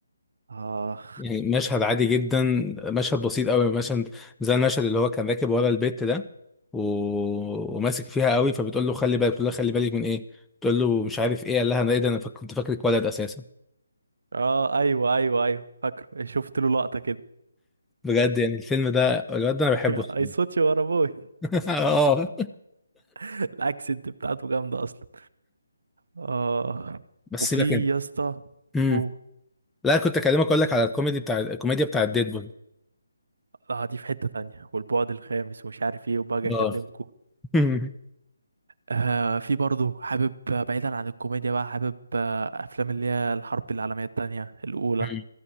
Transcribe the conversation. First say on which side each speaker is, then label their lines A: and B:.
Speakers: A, on the right; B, in the centre.
A: اه
B: يعني مشهد عادي جدا مشهد بسيط قوي مشهد زي المشهد اللي هو كان راكب ورا البيت ده و... وماسك فيها قوي فبتقول له خلي بالك بتقول له خلي بالك من ايه بتقول له مش عارف ايه قال لها انا ايه ده انا فك- كنت فاكرك ولد اساسا
A: اه ايوه ايوه ايوه فاكره شفت له لقطة كده
B: بجد يعني الفيلم ده الواد ده
A: <laughs>
B: انا بحبه
A: يا
B: الصراحة.
A: اي صوتي ورا ابوي
B: <laughs> اه
A: <laughs> الاكسنت بتاعته جامدة اصلا اه
B: بس
A: وفي
B: سيبك انت
A: يا اسطى
B: امم
A: اوه
B: لا كنت اكلمك اقول لك على الكوميدي بتاع الكوميديا بتاع ديدبول
A: اه دي في حتة تانية والبعد الخامس ومش عارف ايه وباجي اكلمكم
B: اه <laughs>
A: آه في برضه حابب آه، بعيدا عن الكوميديا بقى حابب آه افلام اللي هي الحرب العالمية التانية الاولى
B: مم.